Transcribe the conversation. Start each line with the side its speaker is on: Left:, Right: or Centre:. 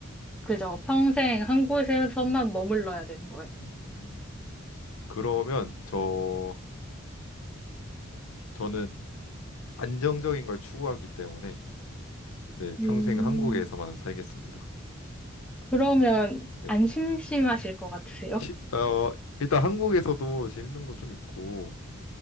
Centre: 그죠. 평생 한 곳에서만 머물러야 되는 거예요.
Left: 음. 그러면 저, 저는 안정적인 걸 추구하기 때문에, 네, 평생
Centre: 음,
Left: 한국에서만 살겠습니다.
Centre: 그러면
Left: 네.
Centre: 안 심심하실 것 같으세요?
Left: 시, 어, 일단 한국에서도 재밌는 거 좀 있고,